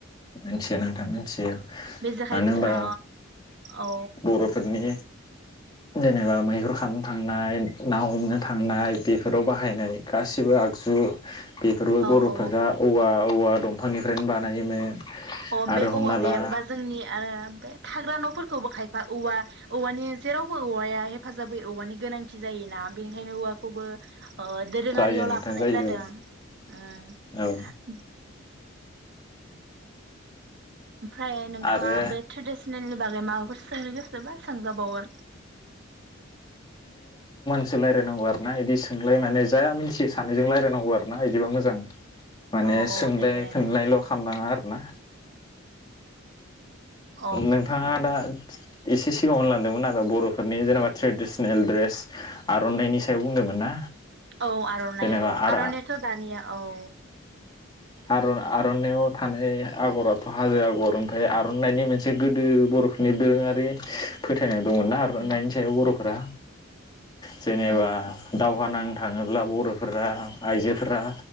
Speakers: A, on the left (about 20°); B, on the right (about 60°).
A: मिथिया नोंथां मिसि मानो
B: बे जेखाइ
A: होनबा
B: अ औ
A: बर'फोरनि जेनेबा मैहुर खामनो थांनाय ना हमनो थांनाय बेफोराव बाहायनाय गासिबो आगजु <inaudible> बेफोरबो
B: औ
A: बर'फोरा
B: औ
A: औवा औवा दं दफांनिफ्रायनो बानायोमोन
B: अ
A: आरो
B: बे
A: हमना
B: औवा गैया
A: ला
B: होमबा जोंनि आरो बे थाग्रा न'फोरखौबो खायफा औवा औवानि जेरावबो औवाया हेफाजाब होयो औवानि गोनांथि जायोना बेनिखायनो औवाखौबो अ दोरोङारियाव
A: जायो नोंथां
B: लाफानाय
A: जायो
B: जादों उम
A: औ औ
B: ओमफ्राय नोंथाङा
A: आरो
B: बे ट्रेडिसनेलनि बागै मा सोंनो गोसोबा सोंजाबावगोन
A: रायलायनांगौ आर ना बिदि सोंलाय माने जा मिथियो सानैजों रायलायनांगौ आरो ना बिदिबा मोजां माने
B: औ औ
A: सोंलाय
B: दे रायलाय
A: फिननायल' खालामनाङा आरो ना
B: औ
A: नोंथाङा दा एसे सिगांआव होलांदोंमोन ना बर'फोरनि जेनेबा ट्रेदिसनेल द्रेस आरनायनि सायाव बुंदोंमोन ना
B: औ आर'नाइ
A: जेनेबा
B: औ
A: आरो
B: आर'नायाथ' दानिया औ
A: आरो आर'नायआव थानाय आगराथ' हाजो आगर ओमफ्राय आरो नायनि मोनसे गोदो बर'फोरनि दोरोङारि फोथायनाय दंमोन ना आरनायनि
B: उम
A: सायाव बर' फ्रा जेनेबा
B: उम
A: दावहा नांनो थाङोब्ला बर' फोर आइजोफोरा